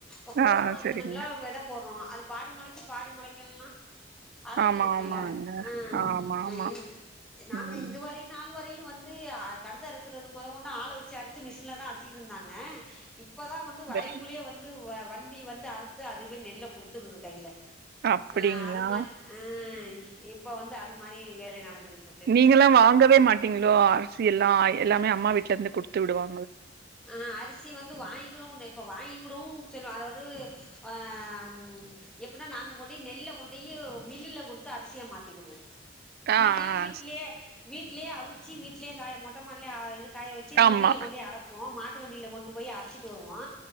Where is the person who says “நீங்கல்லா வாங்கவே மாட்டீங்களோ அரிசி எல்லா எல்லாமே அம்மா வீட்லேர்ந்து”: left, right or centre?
Right